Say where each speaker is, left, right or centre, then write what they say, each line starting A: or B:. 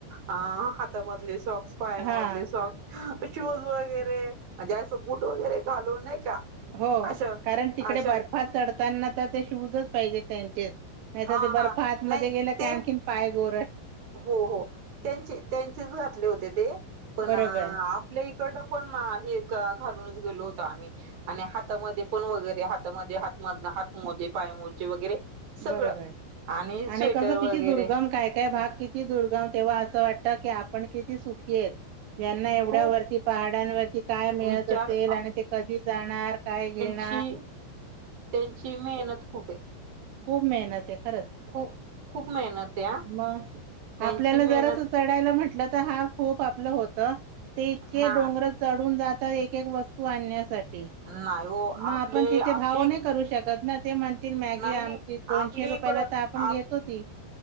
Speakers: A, on the right (about 45°); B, on the right (about 80°).
A: आ हातामधले सॉक्स, पायामधले
B: हा
A: सॉक्स शूज वगैरे म्हणजे, असं बूट वगैरे घालून नाही का?
B: हो
A: अशा
B: कारण तिकडे
A: अशा
B: बर्फात चढताना, तर ते शूजच पाहिजे त्यांचे नाही तर
A: हा
B: ते
A: हा
B: बर्फ आतमध्ये
A: नाही
B: गेलं की,
A: ते
B: आणखीन पाय गोर
A: हो हो, त्यांचे त्यांचेच घातले होते ते, पण
B: बरोबर
A: आपले इकड पण हे घालून गेलो होतो आम्ही आणि हातामध्ये पण वगैरे हातामध्ये हात मदनं हात मोजे, पाय मोजे वगैरे सगळं
B: बरोबर
A: स्वेटर
B: आणि कसं
A: वगैरे
B: किती दुर्गम काय भाग ग किती दुर्गम तेव्हा असं वाटतं की, आपण किती सुखी हायेत? यांना एवढ्या
A: खूप
B: वरती पहाडांवरती काय मिळत
A: विचार
B: असेल आणि ते कधी जाणार, काय घेणार
A: ची, त्यांची मेहनत खूप आहे.
B: खूप मेहनत ए. खरच,
A: खूप खूप मेहनत आहे
B: मग
A: त्यांची
B: आपल्याला
A: मेहनत
B: जरासं चढायला म्हंट ल, तर हा खूप आपलं होतं, ते इतके
A: हा
B: डोंगर चढून जात त्या एक एक वस्तू आणण्यासाठी,
A: नाही हो
B: मग
A: आपले
B: आपण तिथे
A: आपली
B: भाव नाही करू शकत ना. ते म्हणतील, मॅगी
A: नाही नाही
B: आमची दोनशे
A: आपली
B: रुपयाला
A: इकडं
B: तर, आपण घेतो
A: आप
B: ती